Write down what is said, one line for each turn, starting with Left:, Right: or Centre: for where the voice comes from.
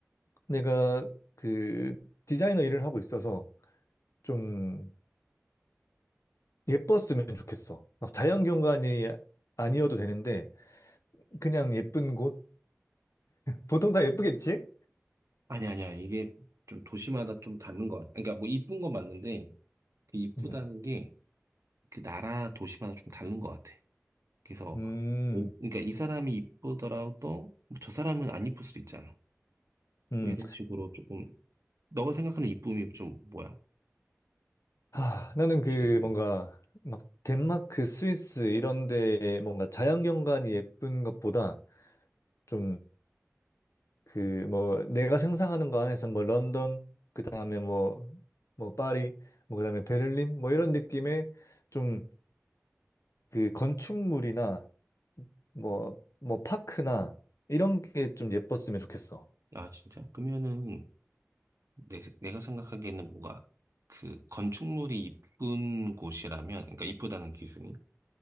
Left: 내가 그 디자이너 일을 하고 있어서 좀 예뻤으면 좋겠어. 막 자연경관이 아니어도 되는데 그냥 예쁜 곳? 보통 다 예쁘겠지?
Right: 아니, 아니야. 이게 좀 도시마다 좀 다른 것 같아. 그러니까 뭐, 이쁜 건 맞는데, 그 이쁘다는
Left: 음,
Right: 게 그 나라 도시마다 좀 다른 것 같아. 그래서,
Left: 음,
Right: 뭐, 그러니까 이 사람이 이쁘더라도, 뭐저 사람은 안 이쁠 수도 있잖아.
Left: 음.
Right: 뭐 이런 식으로 조금 너가 생각하는 이쁨이 좀 뭐야?
Left: 하,
Right: 이쁘-
Left: 나는 그
Right: 예쁘다.
Left: 뭔가 막 덴마크, 스위스 이런 데 뭔가 자연경관이 예쁜 것보다 좀 그 뭐 내가 상상하는 거 안에서 뭐 런던, 그 다음에 뭐 뭐 파리, 뭐 그다음에 베를린 뭐 이런 느낌의 좀 그 건축물이나 뭐, 뭐, 파크나 이런 게 좀 예뻤으면 좋겠어.
Right: 아, 진짜? 그러면은 내, 내가 생각하기에는 뭔가 그 건축물이 이쁜 곳이라면, 그러니까 이쁘다는 기준이